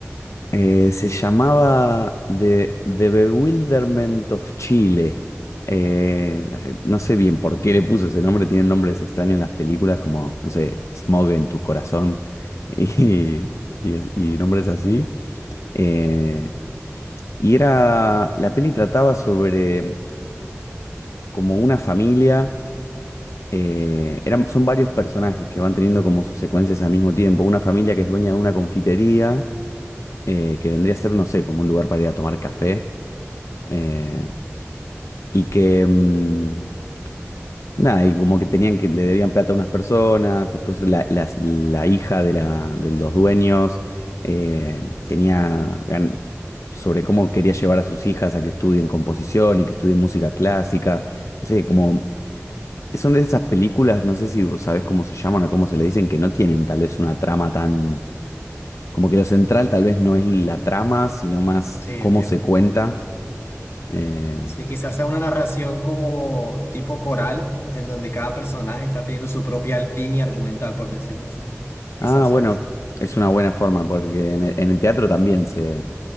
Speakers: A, on the left (about 85°); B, on the left (about 60°).
A: Eh, se llamaba The, The Bewilderment of Chile. Eh, no sé bien por qué le puso ese nombre, tienen nombres extraños las películas como, no sé, Smog en tu corazón <laughs> y, y es- y nombres así. Eh, y era, la peli trataba sobre como una familia, eh, eran, son varios personajes que van teniendo como sus secuencias al mismo tiempo. Una familia que es dueña de una confitería, eh, que vendría a ser, no sé, como un lugar para ir a tomar café. eh, y que, mm, nada, y como que tenían que, le debían plata a unas personas, después la, las- la hija de, la, de los dueños eh, tenía gan- sobre cómo quería llevar a sus hijas a que estudien composición y que estudien música clásica, no sé, como... Son de esas películas, no sé si vos sabés cómo se llaman o cómo se le dicen, que no tienen tal vez una trama tan... Como que lo central tal vez no es la trama, sino más
B: Sí,
A: cómo
B: entiendo.
A: se cuenta. Eh,
B: Sí, quizás sea una narración como tipo coral, en donde cada personaje está teniendo su propia línea argumental, por decirlo así.
A: Ah,
B: Quizás
A: bueno,
B: sea eso.
A: es una buena forma porque en el, en el teatro también se,